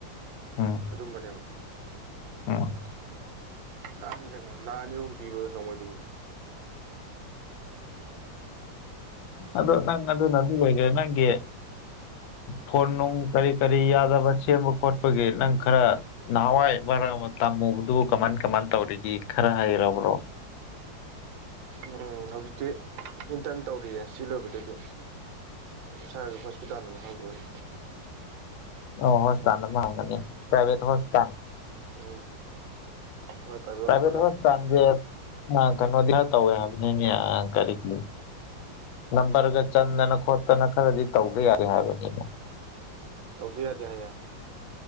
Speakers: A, on the left (about 80°); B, on the right (about 75°).
A: ꯎꯝ
B: ꯑꯗꯨꯝꯕꯅꯦꯕ
A: ꯎꯝ
B: ꯇꯥꯡꯉꯦ ꯀꯩꯅꯣ ꯂꯥꯛꯑꯅꯤ ꯑꯍꯨꯝ ꯄꯤꯕ ꯅꯣꯡꯃꯩꯗꯨꯕꯨ
A: ꯑꯗꯣ ꯅꯪ ꯑꯗꯨꯅꯗꯤ ꯑꯣꯏꯈꯦ ꯅꯪꯒꯤ ꯐꯣꯟ ꯅꯨꯡ ꯀꯔꯤ ꯀꯔꯤ ꯌꯥꯗꯕ ꯁꯦꯝꯕ ꯈꯣꯠꯄꯒꯤ ꯅꯪ ꯈꯔ ꯅꯅꯥꯋꯥ ꯑꯩꯕꯔ ꯇ ꯃꯗꯨ ꯀꯃꯥꯟ ꯀꯃꯥꯟ ꯇꯧꯔꯤꯗꯤ ꯈꯔ ꯍꯥꯏꯔꯕ꯭ꯔꯣ
B: ꯎꯝ ꯍꯧꯖꯤꯛꯇꯤ ꯏꯟꯇꯔꯟ ꯇꯧꯔꯤꯌꯦ ꯁꯤ ꯂꯣꯏꯕꯗꯗꯤ ꯏꯁꯥꯒꯤ ꯍꯣꯁꯄꯤꯇꯥꯜ ꯑꯃ ꯍꯪꯕ ꯑꯗꯨꯅꯤ
A: ꯑꯣ ꯍꯣꯁꯄꯤꯇꯥꯜꯥꯡꯅꯤ ꯄꯥꯏꯕꯦꯠ ꯍꯣꯁꯄꯤꯇꯥꯜ
B: ꯎꯝ ꯍꯣꯏ
A: ꯄ꯭ꯔꯥꯏꯚꯦꯠ
B: ꯍꯣꯁꯄꯤꯇꯥꯜ
A: ꯍꯣꯁꯄꯤꯇꯥꯜꯁꯦ ꯀꯩꯅꯣꯗꯤ ꯇꯧꯋꯦ ꯍꯥꯏꯕꯅꯤꯅꯦ ꯀꯔꯤꯒꯤ ꯅꯝꯕꯔꯒ ꯆꯟꯗꯅ ꯈꯣꯠꯇꯅ ꯈꯔꯗꯤ ꯇꯧꯗ ꯌꯥꯏꯗꯦ ꯍꯥꯏꯕꯅꯤꯅ
B: ꯇꯧꯗ ꯌꯥꯗꯦ ꯍꯥꯏꯌꯦ